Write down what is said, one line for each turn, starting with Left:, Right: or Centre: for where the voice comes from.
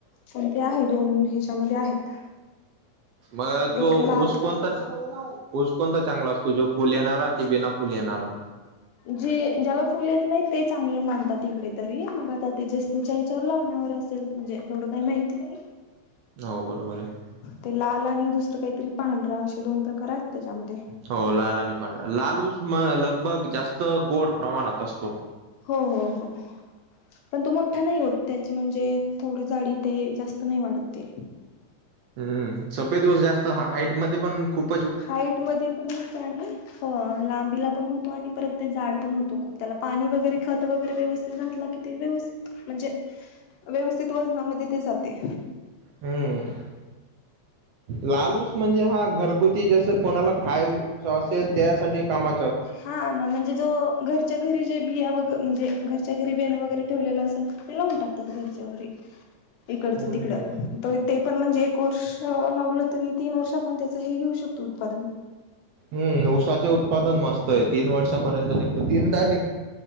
Left: पण ते आहे दोन ह्याच्यामध्ये आहेत
Right: मग
Left: एक
Right: तो
Left: लाल
Right: ऊस कोणता ऊस कोणता चांगला असतो जो फुल येणारा कि बिना फुल येणारा
Left: जे ज्याला फुल येत नाही ते चांगलं मानतात तिकडे तरी मग आता ते जस्तच्यावर लावण्या असेल म्हणजे तेवढं काही माहिती नाही
Right: हो बरोबर आहे
Left: ते लाल आणि दुसरं काहीतरी पांढरा असे दोन प्रकार आहेत त्याच्यामध्ये
Right: हो लाल आणि प लालूस म लगभग जास्त गोड प्रमाणात असतो
Left: हो हो हो पण तो मोठा नाही होत त्याचे म्हणजे थोड जाडी ते जास्त नाही वाढतते
Right: हम्म सपेदवस जास्त हाईटमध्येध्ये पण खूप
Left: हाईट म पण होत आणि हो लांबीला पण होतो आणि परत ते झाड पण होतो खूप त्याला पाणी वगैरे खत वगैरे व्यवस्थितलं की ते व्यवस्थित म्हणजे व्यवस्थित वजनामध्ये ते जाते
Right: हम्म लालू म्हणजे हा घरगुती जस कोणाला खायच असेल त्यासाठी कामा
Left: हा ना म्हणजे जो घरच्या घरी जे बिया वगैर म्हणजे घरच्या घरी बियाण वगैरे ठेवलेलं असेल तर ते लावून टाकतात घरच्या घरी इकडच
Right: हम्म
Left: तिकड
Right: हम्म
Left: ते पण म्हणजे एक वर्ष लावलं तरी तीन वर्ष आपण त्याच हे घेऊ शकतो उत्पादन
Right: हम्म ऊसाचे उत्पादन मस्त आहे तीन वर्षापर्यंत निघतो तीनदा निघ